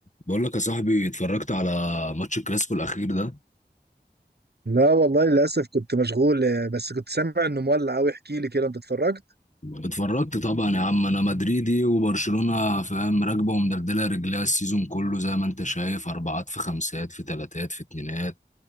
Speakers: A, on the left; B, on the right.
A: بقول لك يا صاحبي اتفرجت على ماتش الكلاسيكو الاخير ده
B: لا والله للأسف كنت مشغول آه، بس كنت سامع إنه مولع أوي احكي لي كده أنت اتفرجت؟
A: اتفرجت طبعا يا عم انا مدريدي وبرشلونة فاهم راكبه ومدلدله رجليها السيزون كله زي ما انت شايف اربعات في خمسات في تلاتات في اتنينات